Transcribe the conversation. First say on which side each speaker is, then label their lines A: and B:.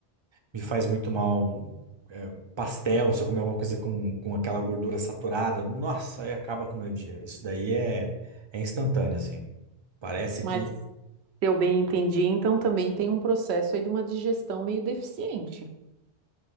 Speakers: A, on the right; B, on the right.
A: Me faz muito mal é, pastel, se eu comer alguma coisa com, com aquela gordura saturada, nossa, aí acaba com o meu dia. Isso daí é, é instantâneo, assim. Parece
B: Mas,
A: que
B: se eu bem entendi, então também tem um processo aí de uma digestão meio deficiente.